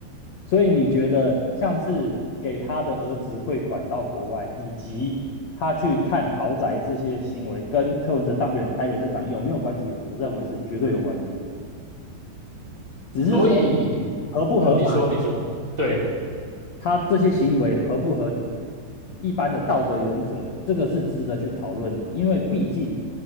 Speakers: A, on the left; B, on the right.
A: 所以你觉得像是给他的儿子汇款到国外，以及他去看豪宅这些行为，跟柯文哲当选台北市长有没有关系？我认为是绝对有关系的。只是说
B: 所以，
A: 合不合法，
B: 嗯，你说你说，对
A: 他这些行为合不合一般的道德原则，这个是值得去讨论的。因为毕竟